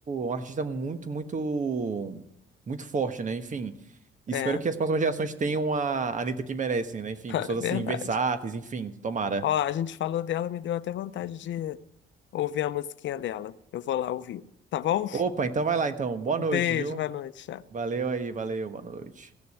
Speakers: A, on the right (about 40°); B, on the left (about 70°).
A: um artista muito, muito, muito forte, né? Enfim, espero
B: É,
A: que as
B: <laughs>
A: próximas gerações tenham a a Anitta que merecem, né? Enfim, pessoas
B: é verdade.
A: assim, versáteis, enfim, tomara.
B: Ó, a gente falou dela, me deu até vontade de ouvir a musiquinha dela. Eu vou lá ouvir. Tá bom?
A: Opa, então vai lá então. Boa
B: Um
A: noite,
B: beijo,
A: viu?
B: boa noite. tchau.
A: Valeu aí, valeu, boa noite.